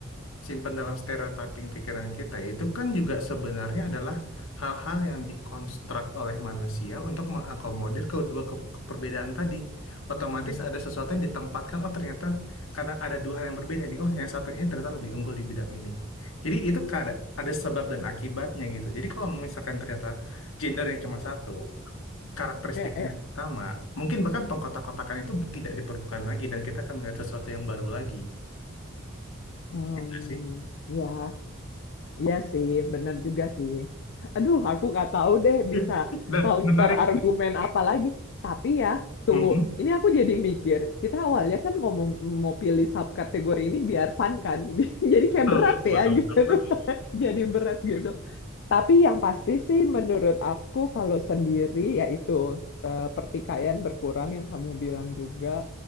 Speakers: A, on the left (about 75°); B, on the left (about 60°).
A: simpan dalam stereotyping pikiran kita itu kan juga sebenarnya adalah hal-hal yang dikonstruk oleh manusia untuk mengakomodir kedua ke- keperbedaan tadi. Otomatis
B: hmm.
A: ada sesuatu yang ditempatkan, oh ternyata karena ada dua hal yang berbeda nih, oh yang satu ini ternyata lebih unggul di bidang ini. Jadi itu kada- ada sebab dan akibatnya gitu. Jadi kalau misalkan ternyata gendernya cuma satu, karakteristik
B: Kayak, kayak,
A: sama. Mungkin bahkan pengkotak-kotakan itu tidak diperlukan lagi dan kita akan melihat sesuatu yang baru lagi.
B: hmm,
A: Ya nggak sih?
B: ya iya sih bener juga sih aduh aku nggak tahu deh
A: <laughs>
B: bisa
A: Dan
B: counter
A: menarik.
B: argumen apa lagi tapi ya tunggu
A: Mm-mm.
B: ini aku jadi mikir kita awalnya kan ngomong mau pilih subkategori ini biar fun kan <laughs> jadi
A: Betul,
B: kayak berat
A: betul, betul,
B: ya gitu
A: betul,
B: <laughs>
A: betul.
B: jadi berat gitu Tapi yang pasti sih menurut aku kalau sendiri yaitu eh, pertikaian berkurang yang kamu bilang juga.